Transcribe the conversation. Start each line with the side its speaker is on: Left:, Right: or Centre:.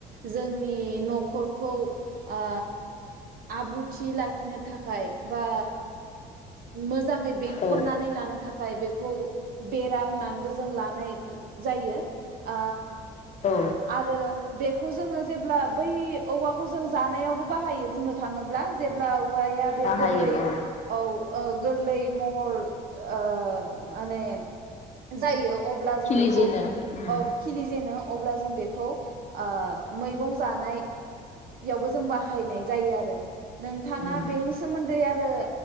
Right: जोंनि न'खरखौ आ आब्रुथि लाखिनो थाखाय बा मोज मोजाङै बेंखननानै
Left: औ
Right: लानो थाखाय बेखौ बेरा होनानैबो जों लानाय जायो ओ
Left: औ
Right: आरो बेखौ जोङो जेब्ला बै औवाखौ जों जानायावबो बाहायो बुंनो थाङोब्ला जेब्ला औ वाया बे
Left: बाहायो
Right: गोरलै
Left: औ
Right: औ ओ गोरलै महर ओ माने जायो। अब्ला जों
Left: खिलिजेनो
Right: बेखौ
Left: उम
Right: अ खिलि जेनो अब्ला जों बेखौ ओ मैगं जानायावबो जों बाहायनाय जायो आरो नोंथाङा
Left: उम
Right: बेनि सोमोन्दै आरो